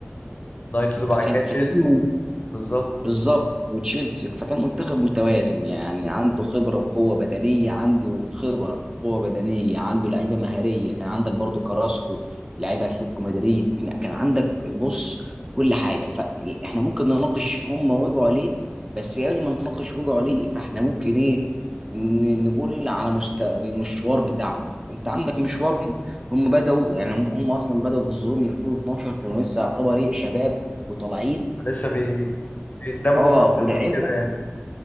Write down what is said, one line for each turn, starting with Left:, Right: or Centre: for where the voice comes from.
Left: نايت
Right: انت
Left: وبعد
Right: فاهم؟
Left: كده
Right: فكان
Left: تشيلسي بالظبط
Right: بالظبط وتشيلسي فكان منتخب متوازن يعني عنده خبره وقوه بدنيه عنده خبره قوه بدنيه عنده لعيبه مهاريه كان عندك برضو كراسكو لعيبه اتلتيكو مدريد كان عندك بص كل حاجه فاحنا ممكن نناقش هم وجعوا ليه بس قبل ما نناقش وجعوا ليه فاحنا ممكن ايه ن- نقول على مست... المشوار بتاعهم انت عندك مشوارهم هم بدأوا يعني هم هم اصلا بدأوا في الظهور من 2012 كانوا لسه يعتبر ايه شباب وطالعين
Left: لسه بي... بيندمجوا
Right: اه
Left: مع
Right: والعين
Left: بعض وكده
Right: بص-
Left: يعني